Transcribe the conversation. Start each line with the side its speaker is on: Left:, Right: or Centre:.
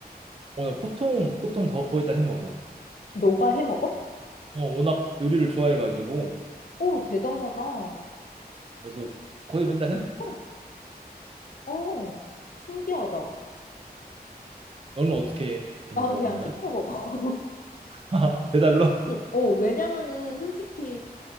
Right: 어, 난 보통 보통 더 거의 다 해먹어
Left: 너가 해 먹어?
Right: 어 워낙 요리를 좋아해가지고
Left: 오, 대단하다. 어?
Right: 그래서 거의 맨날
Left: 진짜?
Right: 해먹지
Left: 어, 신기하다.
Right: 너는 어떻게 해먹어
Left: 나는 그냥
Right: 그러면
Left: 시켜 먹어.
Right: <laughs> 배달로
Left: 아니, 어, 왜냐면은 솔직히